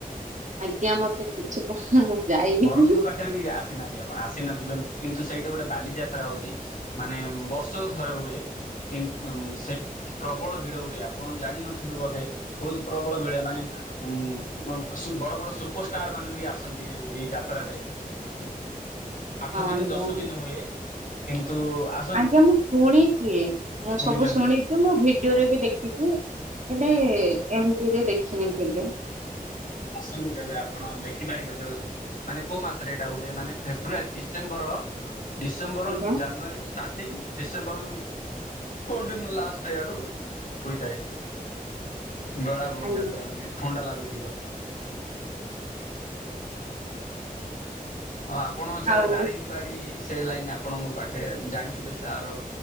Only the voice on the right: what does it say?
ଆଜ୍ଞା ମତେ କିଛି ପ <unintelligible>
ହଁ
ଆଜ୍ଞା
ଆଜ୍ଞା ମୁଁ ଶୁଣିଚି ମୁଁ
ସବୁ ଶୁଣିଚି ମୁଁ ଭିଡିଓରେ ବି ଦେଖିଛି। ହେଲେ ଏମିତି ରେ ଦେଖିନି କେବେ।
ଆଜ୍ଞା
ଆଜ୍ଞା
ଆଉ